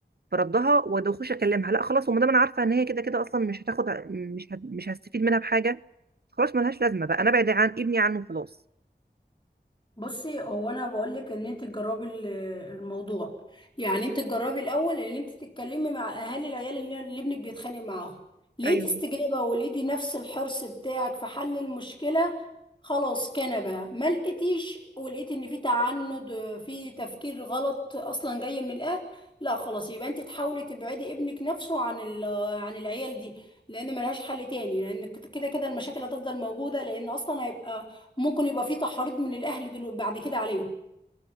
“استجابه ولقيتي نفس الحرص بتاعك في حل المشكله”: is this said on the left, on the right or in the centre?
Left